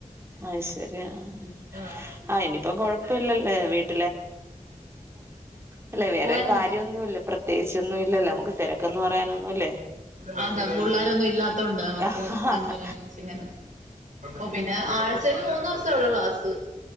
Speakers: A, on the right; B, on the right.
A: അയ്ശരി ആ ആ
B: ആഹ്
A: ആയിന് ഇപ്പം കുഴപ്പ ഇല്ലല്ലെ വീട്ട് അല്ലെ വേറെ
B: പോയാ
A: കാര്യൊന്നുല്ല
B: മതി
A: പ്രത്യേകിച്ചൊന്നും ഇല്ലല്ലോ നമുക്ക് തിരക്കെന്ന് പറയാനൊന്നുല്ലേ
B: ആ ഹാ പിള്ളോരൊന്നു ഇല്ലാത്തൊണ്ട് നമുക്ക്
A: ആഹ്
B: ഇഷ്ടം പോലെ ഒരുരുമിച്ചിങ്ങനെ ഓ പിന്നെ ആഴ് ച്ചേല് മൂന്നു ദിവസെ ഉള്ളൂ ക്ലാസ്സ്